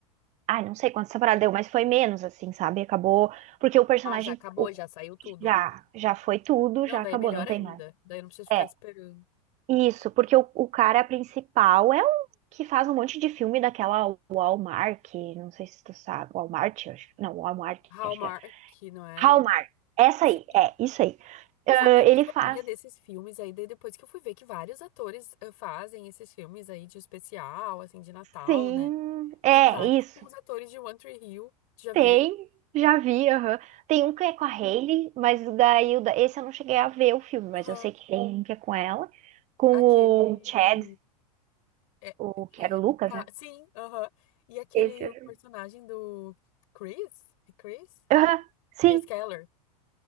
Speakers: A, on the right; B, on the left.
A: Ai, não sei quantas temporadas deu, mas foi menos, assim, sabe? Acabou. Porque o personagem
B: Ah, já acabou,
A: o-
B: já saiu tudo.
A: já, já foi tudo,
B: Não,
A: já
B: daí
A: acabou,
B: é melhor
A: não
B: ainda.
A: tem mais.
B: Daí eu não preciso
A: É,
B: ficar esperando.
A: isso, porque o, o cara principal é um que faz um monte de filme daquela Walmart, não sei se tu sabe. Walmart, eu acho. Não, Walmart,
B: Hallmark,
A: que acho que é.
B: não é?
A: Hallmark. Essa
B: Sim.
A: aí, é, isso aí.
B: Tu
A: Ah,
B: sabe que eu
A: ele
B: nem sabia
A: faz.
B: desses filmes aí, daí depois que eu fui ver que vários atores eh, fazem esses filmes aí de especial, assim, de Natal,
A: Sim,
B: né?
A: é
B: Tem vários
A: isso.
B: os atores de One Tree Hill. Tu já viu?
A: Tem, já vi, aham. Tem um que é com a Hailey, mas o da Hilda, esse eu não cheguei a ver o filme, mas
B: Aham.
A: eu sei que tem um que é com ela, com
B: Aquele.
A: o Chad,
B: É,
A: o
B: que
A: que
B: é-
A: era o Lucas,
B: tá,
A: né?
B: sim, aham. E aquele
A: Esse eu
B: o
A: já
B: personagem
A: vi.
B: do Chris? É Chris?
A: Aham, sim.
B: Chris Keller.